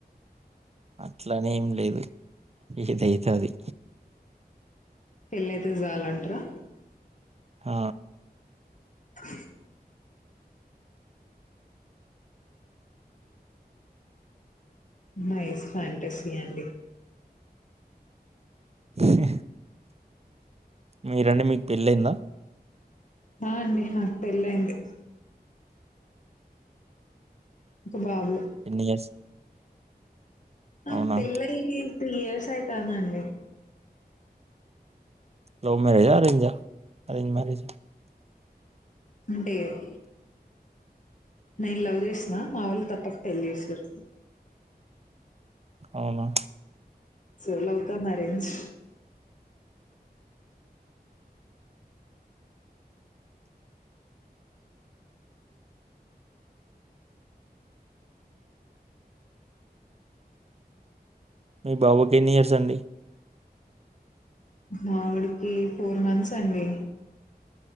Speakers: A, on the right; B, on the left.
A: అట్లనేం లేదు. ఏదైతే అది.
B: పెళ్ళయితే జాలంటరా?
A: ఆ
B: అ నైస్ ఫ్యాంటసీ అండి
A: <inaudible> మీరండి మీకు పెళ్ళైందా?
B: ఆ అండి నాకు పెళ్లయింది. బాబు
A: ఎన్ని ఇయర్స్?
B: ఆ
A: అవునా
B: పెళ్లై త్రీ ఇయర్స్ సైతాందండి.
A: లవ్ మ్యారేజా అరేంజా? అరేంజ్ మ్యారేజ్
B: ఉంటాయి అయి. నేను లవ్ చేసిన, మా వాళ్ళు తప్పక పెళ్లి యేసిర్రు.
A: అవునా.
B: So లవకా marriage.
A: మీ బాబు పుట్టి ఎన్నీ ఇయర్స్ అండి.
B: మావొడికి, ఫోర్ మంత్స్ అండి.